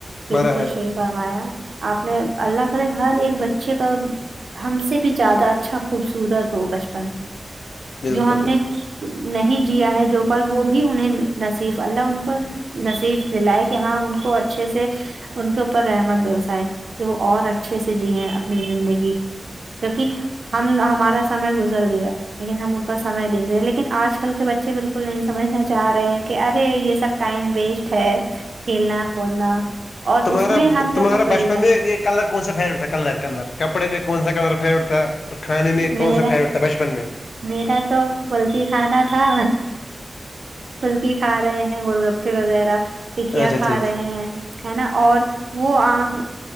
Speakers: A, on the right (about 75°); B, on the left (about 85°).
A: بالکل
B: بھرا ہے
A: صحیح فرمایا آپ نے اللہ کرے ہر ایک بچے کا ہم سے بھی زیادہ اچھا خوبصورت ہو بچپن
B: بالکل
A: جو ہم
B: بالکل
A: نے نہیں جیا ہے جو پر وہ بھی انہیں نصیف اللہ ان کو نصیب دلائے کہ ہاں ان کو اچھے سے ان کے اوپر رحمت برسائے کہ وہ اور اچھے سے جییں اپنی زندگی کیونک ہم ہمارا سمے گزر گیا لیکن ہم ان کا سمئے دیکھ رہے ہیں لیکن آج کل کے بچے بالکل نہیں سمجھنے جاہ رہے ہیں کہ ارے یہ سب ٹائم ویسٹ ہے کھیلنا کودنا اور
B: تمہارا
A: اس میں ہم لوگ
B: تمہارا
A: کو تو
B: بچپن
A: وہی تھا
B: میں ایک کلر کون سا فیوریٹ تھا کلر کلر کپڑے میں کون سا کلر فیوریٹ تھا اور کھانے میں کون
A: میرا
B: سا فیوریٹ تھا بچپن میں
A: میرا تو پھلکی خانا تھا پھلکی کھا رہے ہیں گول گپے وغیرہ ٹکیا
B: اچھا
A: کھا
B: ٹھیک
A: رہے
B: ٹھیک،
A: ہیں ہے نا اور وہ آم